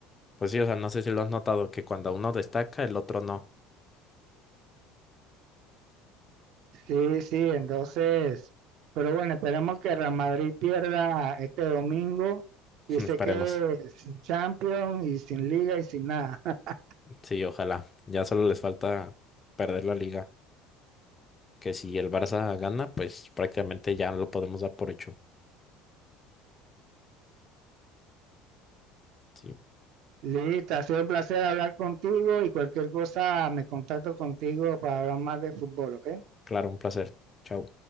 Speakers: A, on the left; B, on the right.
A: Pues sí, o sea, no sé si lo has notado, que cuando uno destaca, el otro no.
B: Sí, sí, entonces, pero bueno, esperemos que Real Madrid pierda este domingo y
A: <laughs> Esperemos.
B: se quede sin Champions y sin Liga y sin nada. <laughs>
A: Sí, ojalá. Ya solo les falta perder la liga. Que si el Barça gana, pues prácticamente ya lo podemos dar por hecho. Sí,
B: Listo, ha sido un placer hablar contigo y cualquier cosa me contacto contigo para hablar más de fútbol, ¿ok?
A: claro, un placer. Chao.